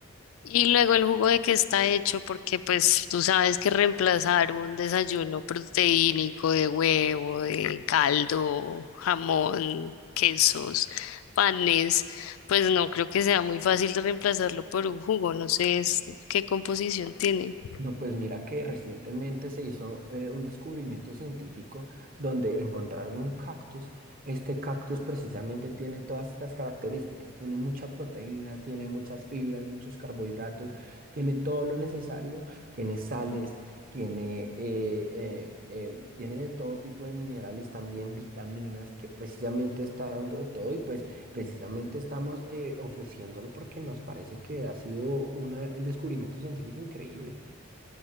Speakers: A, on the left; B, on the right.
A: Y luego el jugo de qué está hecho, porque pues tú sabes que reemplazar un desayuno proteínico de huevo, de caldo, jamón, quesos, panes, pues no creo que sea muy fácil de reemplazarlo por un jugo, no sé es- qué composición tiene.
B: No, pues mira que recientemente se hizo eh, un descubrimiento científico donde encontraron un cactus. Este cactus precisamente tiene todas estas características. Tiene mucha proteína, tiene muchas fibras, muchos carbohidratos, tiene todo lo necesario, tiene sales, tiene, eh, eh, eh, tiene de todo tipo de minerales, también vitaminas, que precisamente está dando de todo. Y pues Precisamente estamos eh, ofreciéndolo porque nos parece que ha sido una- un descubrimiento científico increíble.